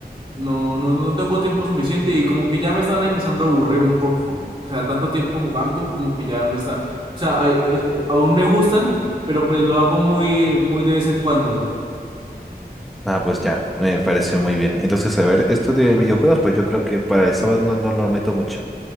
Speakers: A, on the right; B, in the centre.
A: no, no, no tengo tiempo suficiente y como que ya me están empezando a aburrir un poco. O sea, tanto tiempo jugando como que ya me está, o sea, hay- eh, eh, aún me gustan, pero pues lo hago muy, muy de vez en cuando.
B: Ah, pues ya, me parece muy bien. Entonces, a ver, esto de videojuegos, pues yo creo que para el sábado no, no lo meto mucho.